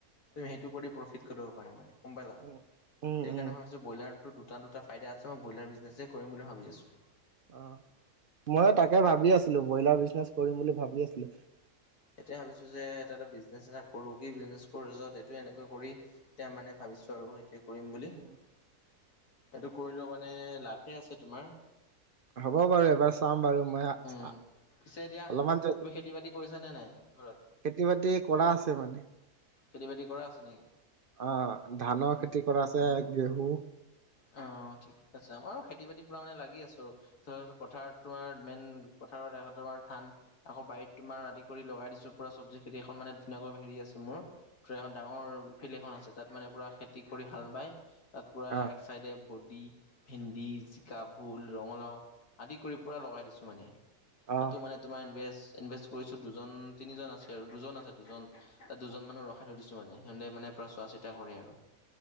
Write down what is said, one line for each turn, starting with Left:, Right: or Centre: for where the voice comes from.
Left: তুমি সেইটো কৰি প্ৰফিট কৰিব পাৰা মানে গম পালা।
Right: উম, উম,
Left: সেইটো
Right: উম,
Left: কাৰণেই ভাবিচো ব্ৰইলাৰটো দুটা দুটা ফাইদা আছে মই ব্ৰলাৰ বিজনেই কৰিম বুলি ভাবি আছোঁ।
Right: অ', ময় তাকে ভাবি আছিলো ব্ৰইলাৰ বিজনেছ কৰিম বুলি ভাবি আছিলো।
Left: এতিয়া ভাবিছো যে এটা এটা বিজনেছ এটা কৰো কি বিজনেছ কৰোত এইটো এনেকৈ কৰি এতিয়া মানে ভাবিছো আৰু সেই কৰিম বুলি এইটো
Right: উম,
Left: কৰিলো মানে লাভেই আছে তোমাৰ।
Right: হ'ব বাৰু এবাৰ চাম বাৰু মই অলপমান
Left: উম। পিছে এতিয়া তুমি খেতি বাতি কৰিছে নে নাই ঘৰত?
Right: খেতি বাতি কৰা আছে মানে।
Left: খেতি বাতি কৰা আছে নেকি?
Right: অ', ধানৰ
Left: উম।
Right: খেতি কৰা আছে ঘেঁহু।
Left: অ', ঠিকে আছে আমাৰ খেতি বাতি পৰা মানে লাগি আছো। ছ পথাৰত তোমাৰ মেইন পথাৰত এ তোমাৰ ধান আকৌ বাৰীত তোমাৰ আদি কৰি লগাই দিছো পুৰা চব্জি খেতি এখন মানে ধুনীয়াকৈ হেৰি আছে মোৰ এখন ডাঙৰ ফিল এখন আছে তাত মানে পুৰা খেতি কৰি হাল বাই তাত পুৰা
Right: অ',
Left: ছাইডে বডি ভেন্দি জিকা ভোল ৰঙালাও আদি কৰি পুৰা লগাই দিছো মানে
Right: অ',
Left: তাতো মানে তোমাৰ ইনভেজ ইনভেজ কৰিছো দুজন তিনিজন আছে আৰু দুজন আছে দুজন তাত দুজন মানুহ ৰখাই থৈ দিছো মানে সিহঁতে মানে পুৰা চোৱা চিতা কৰে আৰু